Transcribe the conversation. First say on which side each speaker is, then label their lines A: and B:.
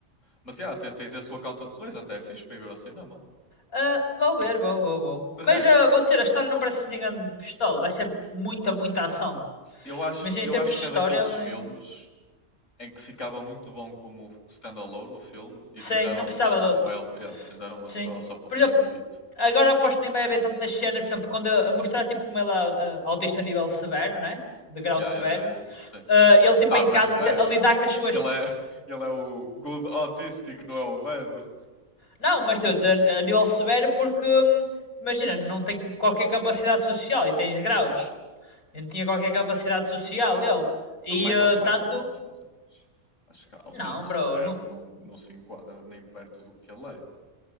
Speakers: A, on the left (about 55°); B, on the left (about 75°).
A: Mas, yeah, te- tens esse Count de 2, até é fixe para ir ver ao cinema.
B: Ah, vou ver, vou, vou, vou.
A: De
B: Mas
A: resto,
B: ah, vou dizer, a história não parece assim grande pistola. Vai ser muita, muita ação.
A: eu acho,
B: Mas em
A: eu
B: termos
A: acho
B: de
A: que
B: história,
A: é daqueles
B: vai.
A: filmes em que ficava muito bom como standalone no filme e
B: Sim,
A: fizeram
B: não precisava
A: uma sequela,
B: de outros.
A: yeah, fizeram uma
B: Sim.
A: sequela só para
B: Por
A: fazer
B: exemplo,
A: guito.
B: agora aposto que nem vai haver tantas cenas, por exemplo, quando a mostrar tipo como ela é uh, autista a nível severo, né? De grau
A: Yeah,
B: severo.
A: yeah, yeah, yeah, yeah, sim.
B: ah, ele tipo
A: Ah,
B: em
A: não
B: casa
A: é severo.
B: até a lidar com as suas.
A: Ele é, <laughs> ele é o good autistic, não é o bad.
B: Não, mas estou a dizer a nível severo porque hum, imagina, não tem qualquer capacidade social e tens graus. ele não tinha qualquer capacidade social ele. E
A: Ah, Mais
B: ah,
A: ou, mais
B: tanto.
A: ou menos, mais ou menos. Acho que autismo
B: Não,
A: severo
B: bro. Não...
A: não, não se enquadra nem perto do que ele é.